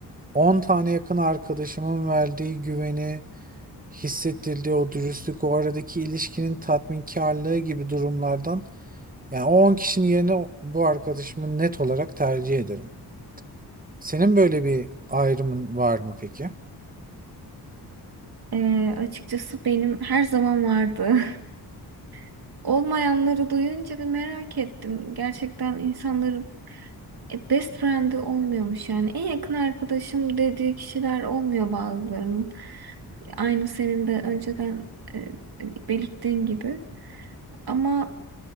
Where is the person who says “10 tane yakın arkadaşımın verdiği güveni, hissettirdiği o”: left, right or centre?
Right